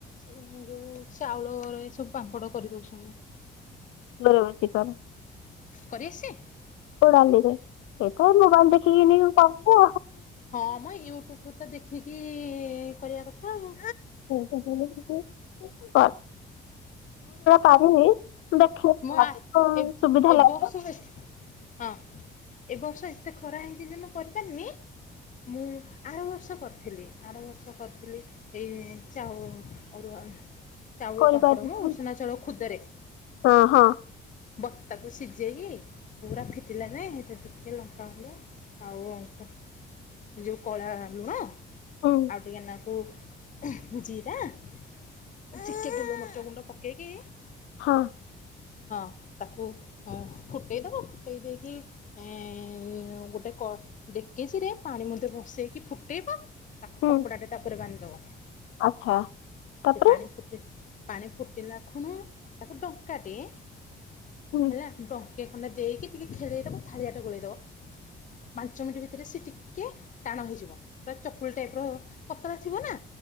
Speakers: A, on the left (about 40°); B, on the left (about 80°).
A: ଯେଉଁ ଚାଉଳରେ ସବୁ ପାମ୍ପଡ଼ କରିଦଉଛନ୍ତି।
B: <inaudible>
A: କରି ଆସିଛି?
B: ଡାଲିରେ ଏ ତ ମୋବାଇଲ ଦେଖିକିନି ସବୁ
A: ହଁ ମ ୟୁଟ୍ୟୁବରୁ ତ ଦେଖିକି କରିବା କଥା ଆଉ
B: <inaudible> ମୁଁ ଯୋଉଟା ପାରିବି ଦେଖିଆ
A: ମୁଁ ଆ
B: କଣ
A: ଏ
B: ସୁବିଧା
A: ଏ
B: ଲାଗ।
A: ବର୍ଷ ହଁ ଏ ବର୍ଷ ଏତେ ଖରା ହେଇଛି ଯେ ମୁଁ କରିପାରିନି ମୁଁ ଆର ବର୍ଷ କ ଥିଲି ଆରବର୍ଷ କରିଥିଲି ଏଇ ଚାଉ ଅରୁଆ ଚାଉଳ
B: କରିପାରିବି
A: ପାମ୍ପଡ ମ ଉସନା ଚାଉଳ ଖୁଦରେ।
B: ହଁ ହଁ
A: ବତ୍ତାକୁ ସିଝେଇକି ପୁରା ଫିଟିଲା ଯାଏ ସେଥିରେ ଟିକେ ଲଙ୍କା ଗୁଣ୍ଡ ଆଉ ଯୋଉ କଳା ଲୁଣ ଆଉ
B: ହୁଁ
A: ଟିକେ ଲ ଆ ଜିରା ଟିକେ ଗୋଲମରିଚ ଗୁଣ୍ଡ ପକେଇକି
B: ହଁ।
A: ହଁ ତାକୁ ଫୁଟେଇଦବ ଫୁଟେଇ ଦେଇକି ଏଁ ଗୋଟେ କ ଡେକେଚିରେ ପାଣି ମଧ୍ୟ ବସେଇକି ଫୁଟେଇବ ତାକୁ
B: ହୁଁ
A: କପଡା ଟେ ତାପରେ ବାନ୍ଧିଦବ
B: ଆଚ୍ଛା ତାପରେ
A: ସେ ପାଣି ଫୁଟି ପାଣି ଫୁଟିଲା ଖୁଣୁ ତାକୁ ଡଙ୍କା ଦିଏ
B: ହୁଁ
A: ହେଲା ଡ ଟିକେ ଖନେ ଦେଇକି ଟିକେ ଖେଳେଇଦେବ ଥାଳିଆଟେ ଗୋଳେଇଦବ ପାଞ୍ଚ ମିନ୍ଟି ଭିତିରେ ସେ ଟିକେ ଟାଣ ହେଇଯିବ ପୁରା ଚକୁଳୀ ଟାଇପ୍ ର ପତଳା ଥିବ ନା।